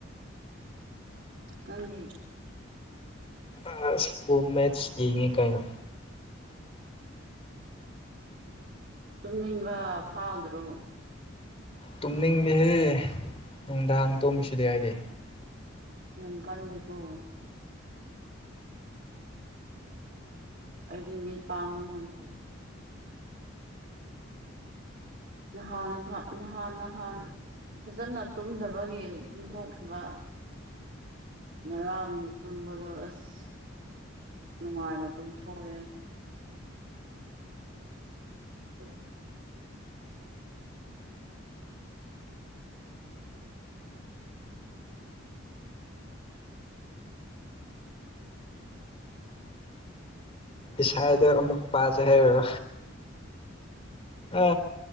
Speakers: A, on the right (about 55°); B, on the left (about 30°).
A: ꯀꯗꯤ
B: ꯑ ꯐꯣꯝ ꯃꯦꯠꯁ ꯌꯦꯡꯉꯤ ꯀꯥꯏꯅꯣ
A: ꯇꯨꯝꯅꯤꯡꯕ ꯐꯥꯎꯗ꯭ꯔꯣ
B: ꯇꯨꯝꯅꯤꯡꯗꯦꯍꯦ ꯅꯨꯡꯗꯥꯡ ꯇꯣꯝꯃꯤꯁꯤꯗꯤ ꯍꯥꯏꯗꯤ
A: ꯌꯥꯝ ꯀꯜꯜꯂꯤꯀ ꯑꯩꯗꯤ ꯃꯤꯠ ꯄꯥꯡꯕ ꯉꯝꯗ꯭ꯔꯦ ꯅꯍꯥꯟ ꯅꯍꯥꯟ ꯅꯍꯥꯟ ꯐꯖꯅ ꯇꯨꯝꯗꯕꯒꯤ ꯇꯨꯝꯊꯣꯛꯈꯤꯕ ꯉꯔꯥꯡ ꯇꯨꯝꯝꯕꯗꯨ ꯑꯁ ꯅꯨꯡꯉꯥꯏꯅ ꯑꯗꯨꯝ ꯊꯣꯛꯑꯦ ꯑꯩꯗꯤ ꯎ
B: ꯏꯁꯥꯗꯣ ꯑꯃꯨꯛ ꯄꯥꯖꯩ ꯍꯥꯏꯔꯣ ꯑ